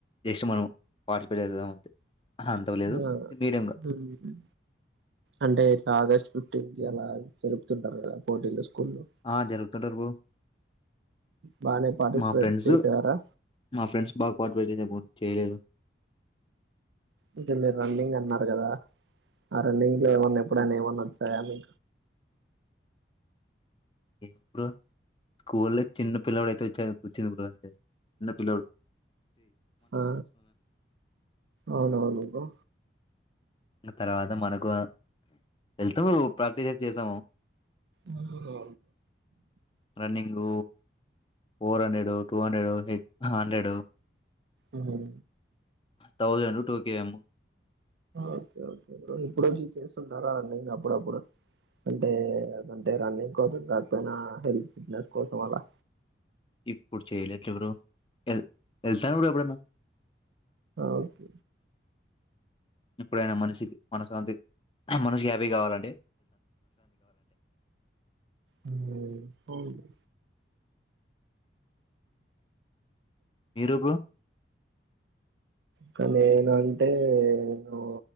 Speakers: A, on the left; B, on the right.
A: జస్ట్ మనం పార్టిసిపేట్ చేస్థం అంతే అంత లేదు
B: ఆ
A: ఇది మీడియంగా
B: హ్మ్ అంటే ఇట్లా ఆగస్ట్ ఫిఫ్టీన్ కి అలా జరుపుతుంటారు కదా పోటీలు స్కూల్లో
A: ఆ జరుగుతుంటరు బ్రో
B: బానే పార్టిసిపేట్
A: మా ఫ్రెండ్సు
B: చేసేవారా
A: మా ఫ్రెండ్స్ బాగా పార్టీ <unintelligible> బ్రో చేయలేదు
B: అంటే మీరు రన్నింగ్ అన్నారు కదా ఆ రన్నింగ్ లో ఏమన్నా ఎప్ డన్న ఏమన్న వచ్చాయ అని
A: ఎప్పుడు స్కూల్ల్లో చిన్న పిల్లోడు అయితే వచ్చే వచ్చింది బ్రో చిన్న పిల్లోడు
B: ఆ అవునవును బ్రో
A: తర్వాత మనకు వెల్తూ ప్రాక్టీసయితే చేస్థాము
B: bro
A: running four hundred two hundred హే హండ్రెడు
B: ఉమ్
A: థౌజండ్ టూకే ఏమ్
B: ఓకే ఓకే బ్రో ఇప్పుడె మీ చేస్తుంటారండి అప్పుడప్పుడు అంటే అంటే రన్నింగ్ కోసం కాకపోయినా హెల్త్ ఫిట్నెస్ కోసం అలా
A: ఇప్పుడు చేయలేట్లే బ్రో ఎల్ ఎల్తాను ఎప్పుడన్న
B: ఓకే
A: ఇప్పుడైనా మనిషికి మనసు శాంతి మనసుకి హ్యాపీ కావాలంటె
B: ఉమ్ అవును
A: మీరు బ్రో
B: కానీ నేను అంటే ను